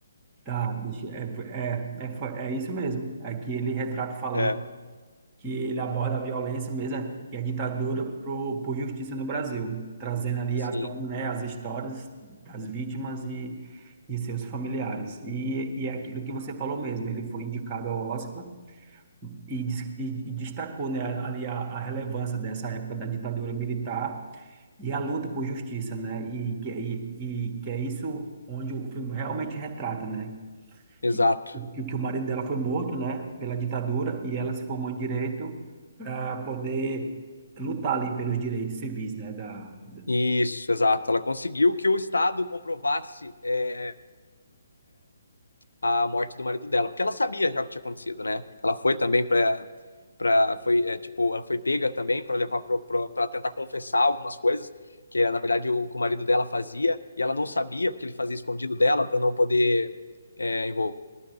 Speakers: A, on the right (about 20°); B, on the left (about 75°).
A: Tá, deixa, é, é, é, foi- é isso mesmo. Aqui ele retrata falando
B: É,
A: que ele aborda a violência mesmo né, e a ditadura pro, por justiça no Brasil, trazendo ali
B: sim,
A: à tona, né, as histórias das vítimas e de seus familiares. E, e é aquilo que você falou mesmo, ele foi indicado ao Oscar e, dis- e- e destacou, né, ali a, a relevância dessa época da ditadura militar e a luta por justiça, né, e que, é, e, e que é isso onde o filme realmente retrata, né,
B: exato.
A: que, que, que o marido dela foi morto, né, pela ditadura e ela se formou em direito para poder lutar ali pelos direitos civis, né, da, da-
B: Isso, exato. Ela conseguiu que o Estado comprovasse é, a morte do marido dela, porque ela sabia já o que tinha acontecido, né? Ela foi também para para foi é, tipo ela foi pega também para levar para tentar confessar algumas coisas que na verdade o, o marido dela fazia e ela não sabia porque ele fazia escondido dela para não poder é, envolver